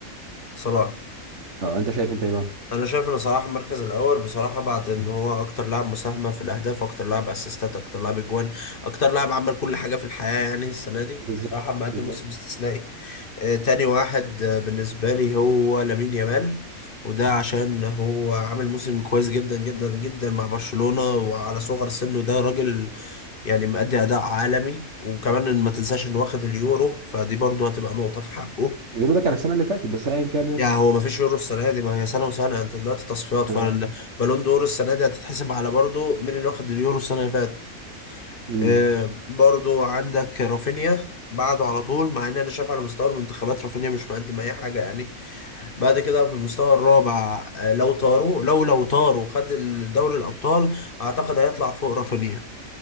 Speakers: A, on the left; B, on the right.
A: صلاح
B: اه انت شايف انت ايه بقى
A: انا شايف ان صلاح المركز الاول بصراحه بعد ان هو اكتر لاعب مساهمه في الاهداف اكتر لاعب اسيستات اكتر لاعب اجوان اكتر لاعب عمل كل حاجه في الحياه يعني السنه دي
B: بالظبط
A: صراحه مقدم
B: بالظبط
A: موسم استثنائي آه تاني واحد آه بالنسبه لي هو لامين يامال وده عشان هو عامل موسم كويس جدا جدا جدا مع برشلونه وعلى صغر سنه ده راجل يعني مأدي اداء عالمي وكمان إن ما تنساش انه واخد اليورو فدي برضه هتبقى نقطه في حقه
B: اليورو ده كان السنه اللي فاتت بس ايا كان ماشي
A: يعني هو ما فيش يورو السنه دي ما هي سنه وسنه انت دلوقتي تصفيات
B: اه
A: فالبالون دور السنه دي هتتحسب على برضه مين اللي واخد اليورو السنه اللي فاتت
B: امم
A: آه برضه عندك رافينيا بعده على طول مع ان انا شايف على مستوى المنتخبات رافينيا مش مقدم اي حاجه يعني بعد كده في المستوى الرابع آه لو طاروا لو لو طاروا خد الدوري الابطال اعتقد هيطلع فوق رافينيا